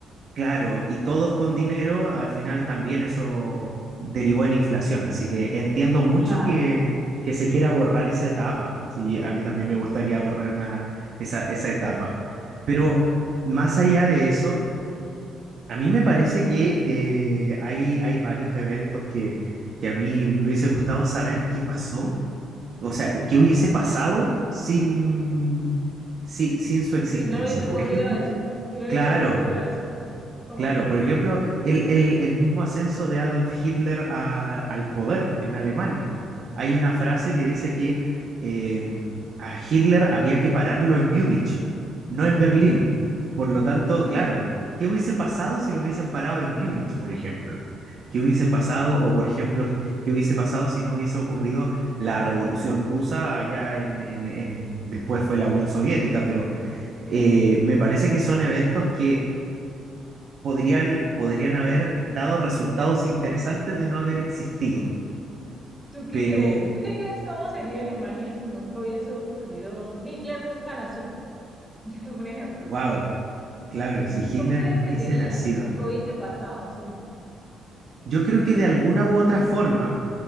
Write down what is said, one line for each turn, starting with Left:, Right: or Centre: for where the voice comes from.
Right: claro, y todos con dinero, al final también eso derivó en inflación, así que entiendo mucho
Centre: Claro,
Right: que, que se quiera borrar esa etapa, sí,
Centre: uy,
Right: a mí también
Centre: sí.
Right: me gustaría borrar una, esa, esa etapa, pero más allá de eso, a mí me parece que eh, hay, hay varios eventos que, que a mí me hubiese gustado saber qué pasó o sea, o qué hubiese pasado sin, sin, sin su existencia.
Centre: Si no hubiese
Right: Por
Centre: ocurrido
Right: ejemplo,
Centre: eso, si no hubiese
Right: claro,
Centre: ocurrido eso, ¿cómo
Right: Claro,
Centre: qué?
Right: por ejemplo, el, el- el mismo ascenso de Adolf Hitler a- al poder en Alemania. Hay una frase que dice que eh, a Hitler había que pararlo en Múnich, no en Berlín. Por lo tanto, claro,
Centre: <laughs>
Right: ¿qué hubiese pasado si lo hubiesen parado en Múnich, por ejemplo? ¿Qué hubiese pasado, o por ejemplo, qué hubiese pasado si no hubiese ocurrido la Revolución Rusa allá en, en- en- después fue la Unión Soviética? Pero
Centre: Sí.
Right: eh, me parece que son eventos que podrían, podrían haber dado resultados interesantes de no haber existido.
Centre: ¿Tú qué
Right: Pero,
Centre: crees? ¿Tú qué crees cómo sería Alemania si nunca hubiese ocurrido? Hitler nunca nació, <laughs> un ejemplo.
Right: wow, claro, si Hitler
Centre: ¿Cómo crees
Right: no hubiese
Centre: que sería?
Right: nacido,
Centre: ¿O qué hubiese pasado? Sí,
Right: yo creo que de alguna u otra forma